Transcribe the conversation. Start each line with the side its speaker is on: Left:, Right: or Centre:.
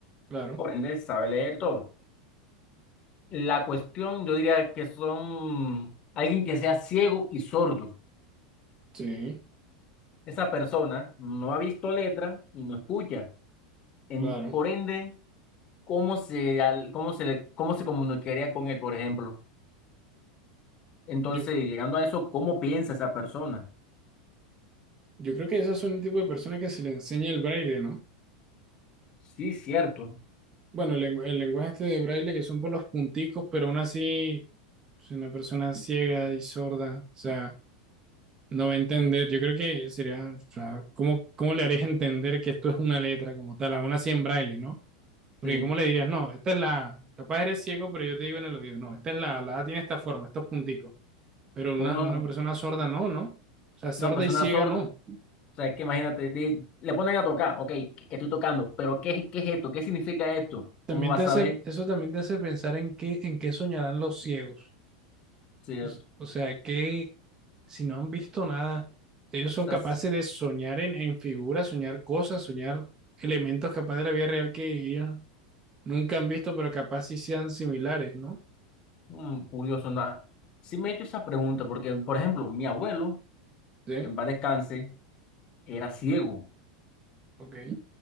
Right: Claro,
Left: por ende sabe leer todo. La cuestión, yo diría que son alguien que sea ciego y sordo.
Right: sí,
Left: Esa persona no ha visto letra y no escucha. En,
Right: claro.
Left: por ende, ¿cómo se, al- cómo se, le- cómo se comunicaría con él, por ejemplo? Entonces,
Right: Yo,
Left: llegando a eso, ¿cómo piensa esa persona?
Right: yo creo que esas son el tipo de personas que se le enseña el braille, ¿no?
Left: Sí, cierto.
Right: Bueno, el, lengu- el lenguaje este de braille que son por los punticos, pero aún así, es una persona ciega y sorda, o sea no va a entender. Yo creo que sería, o sea, ¿cómo, cómo le harías entender que esto es una letra como tal, aún así en braille, ¿no? Porque
Left: Sí,
Right: ¿cómo le dirías, no, esta es la A"? Capaz eres ciego, pero yo te digo en el oído, no, esta es la A, la A tiene esta forma, estos punticos. Pero una,
Left: como
Right: una persona sorda no, ¿no? O sea, sorda
Left: una persona
Right: y ciega
Left: sorda.
Right: no.
Left: O sea, que imagínate, le, le ponen a tocar, ok, que, que estoy tocando, pero ¿qué, qué es esto? ¿Qué significa esto?
Right: También
Left: ¿Cómo vas
Right: te
Left: a
Right: hace,
Left: saber
Right: eso también te hace pensar en qué, en qué soñarán los ciegos.
Left: Cierto.
Right: O s- o sea, que si no han visto nada, ellos son
Left: O sea,
Right: capaces
Left: es
Right: de soñar en, en figuras, soñar cosas, soñar elementos capaz de la vida real que ellos Nunca han visto, pero capaz sí sean similares, ¿no?
Left: mm, curioso, nada. Sí me he hecho esa pregunta, porque, por ejemplo, mi abuelo,
Right: Sí,
Left: que en paz descanse, era ciego.
Right: ok.